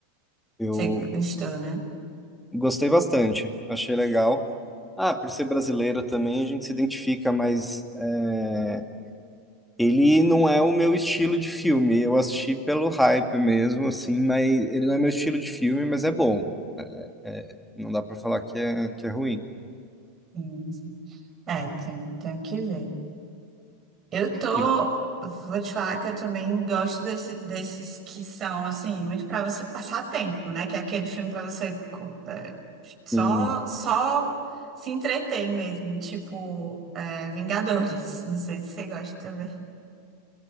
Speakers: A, in the centre; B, on the right.
A: eu
B: Você gostou, né?
A: gostei bastante, achei legal. Ah, por ser brasileiro também a gente se identifica, mas é, ele não é o meu estilo de filme. Eu assisti pelo hype mesmo, assim, mas ele não é meu estilo de filme, mas é bom. É, não dá pra falar que é, que é ruim.
B: Sim, sim. É, tem, tenho que ver. Eu tô.
A: E,
B: Vou te falar que eu também gosto desse- desses que são, assim, muito pra você passar tempo, né? Que é aquele filme pra você co- é, só,
A: sim,
B: só se entreter mesmo, tipo é, Vingadores. <laughs> Não sei se você gosta também.